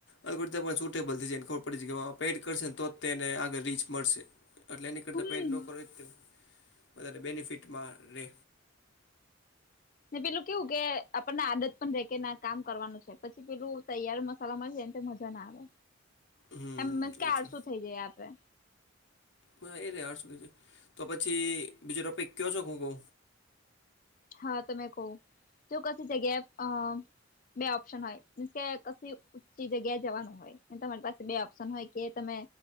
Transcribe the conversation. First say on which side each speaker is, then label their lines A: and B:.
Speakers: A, on the left; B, on the left.
A: અવે કુરતા પર સૂટેબલ થઈ જાય ને ખબર પડી જાય કે પેટ કરશે ને તો જ તેને આગળ રીચ મળશે. એટલે એની કરતાં
B: હમ
A: પેડ ન કરો એજ કેવું વધારે બેનિફિટમાં રે
B: ને પેલું કેવું કે આપણને આદત પણ રે કે ના કામ કરવાનું છે, પછી પેલું તૈયાર મસ સલામ એ મજા ના આવે
A: હમ
B: એમ કે
A: એ
B: આરશુ
A: છે
B: થઈ જયે આપડે.
A: નાઈરે આઠ‌ સુધી છે તો પછી બીજો ટોપિક કીયો છોક હું કઉ
B: હા, તો મે કઉ તો કશે જગ્યાએ અ બે ઓપ્શન હોય મીન્સ કે કસ્સે ઊચ્ચી જગ્યાએ જવાનું હોય. તમારી પાસે બે ઓપ્શન હોય કે તમે